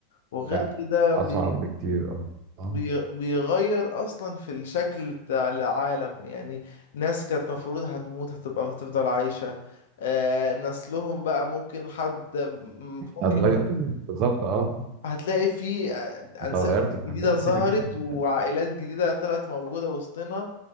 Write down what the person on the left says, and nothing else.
وغير
كده
بي...
بي- بيغير اصلا في الشكل بتاع العالم يعني ناس كانت مفروض هتموت هتبقى هتفضل عايشة آه نسلهم بقى ممكن حد م- ممكن
يكون
هتلاقي في آه،
انسال
جديدة
ظهرت
وعائلات جديدة طلعت موجودة وسطنا